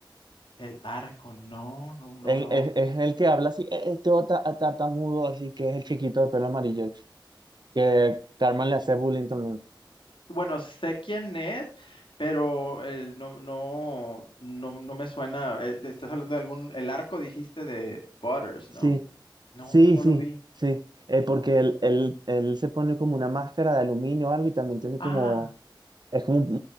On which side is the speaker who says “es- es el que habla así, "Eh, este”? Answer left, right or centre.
Right